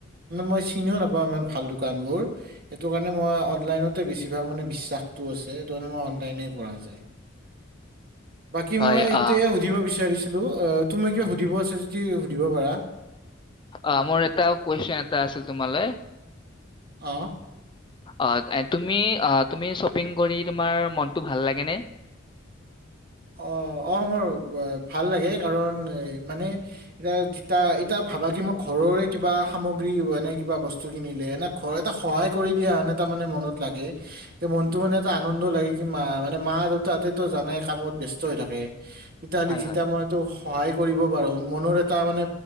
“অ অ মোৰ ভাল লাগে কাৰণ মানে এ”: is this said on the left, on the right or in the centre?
Right